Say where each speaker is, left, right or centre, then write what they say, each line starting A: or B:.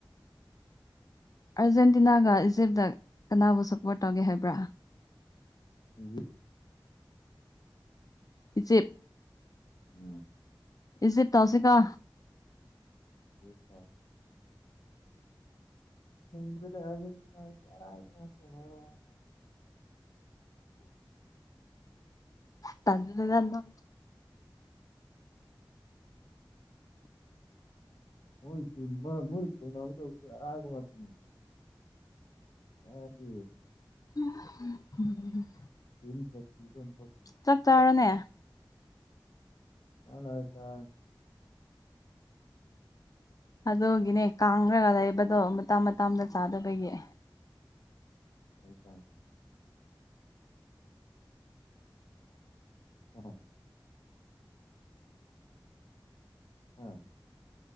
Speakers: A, on the left; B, on the left.
A: ꯑꯥꯔꯖꯦꯟꯇꯤꯅꯥꯒ ꯏꯖꯤꯞꯇ ꯀꯅꯥꯕꯨ ꯁꯞꯄꯣꯔꯠ ꯇꯧꯒꯦ ꯍꯥꯏꯕ꯭ꯔꯥ
B: ꯎꯝ
A: ꯎꯆꯠ
B: ꯎꯝ
A: ꯏꯖꯤꯦ ꯇꯧꯁꯦ ꯀꯥ
B: ꯎ ꯇ ꯅꯗ ꯍꯥꯏꯁꯤ ꯌꯥꯔ ꯃꯥꯦ ꯑꯣꯏ
A: ꯇꯜꯅ ꯑ
B: ꯃꯣꯏ ꯃꯣꯏꯕ ꯃꯥꯇ ꯑꯒꯤ
A: <inaudible>
B: ꯆ
A: ꯆꯞ ꯆꯔꯣꯅꯦ
B: ꯍꯅꯣꯏꯇ
A: ꯑꯗꯨꯒꯤꯅꯦ ꯀꯥꯡꯈ꯭ꯔꯒ ꯂꯩꯕꯗꯣ ꯃꯇꯝ ꯃꯇꯝꯗ ꯆꯥꯗꯕꯒꯤ
B: ꯍꯇ ꯍ ꯍꯣ ꯑꯝ